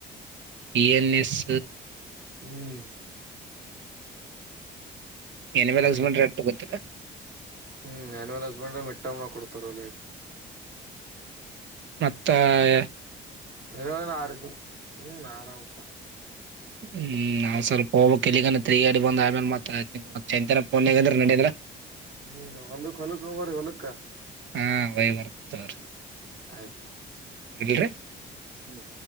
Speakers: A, on the right; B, on the right.
A: ಇ ಎನ್ ಎಸ್.
B: ಹ್ಮ್.
A: ಏನ್
B: ಹ್ಮ್
A: ವೆಲೆಝಮೆಂಟ ರೆಟ್ಟ ಗೊತ್ತಿಲ್ಲ.
B: ಹ್ಮ್ ಆ್ಯನಿವಲ್ ಹಸ್ಬೆಂಡ ಮಿಟ್ಟಮ್ಮ್ನ ಕೊಡ್ತಾರಲ್ಲೈಗ.
A: ಮತ್ತಾಯ.
B: <unintelligible> ಆರಿದ್ದು. ಹ್ಮ್ ಆರಾಮಪ್ಪಾ.
A: ಹ್ಮ್ ನಾವ್ ಸ್ವಲ್ಪ ಹೋಗ್ಬೇಕ್ ಕೀಲಿಗನ ತಗಿ ಹಡಿ ಬಂನ ಆಮೇಲೆ ಮಾತ್ರ ಚೇಂದ್ರಪ ಪೋನ್ ನಿಗದರ್ ನಡಿಗರ.
B: ಹ್ಮ್ ನಿನ ಹೊಲಕ್ ಹೊಲಕ್ಕ ಹೊಗುಬರಿ ಹೊಲಕ್ಕ.
A: ಹಾ ಹೋಯಿಬರ್ತನ ತ್ತೊರಿ.
B: ಆಯ್ತು.
A: ಎಲ್ಲ್ರೇ.
B: ಹ್ಮ್.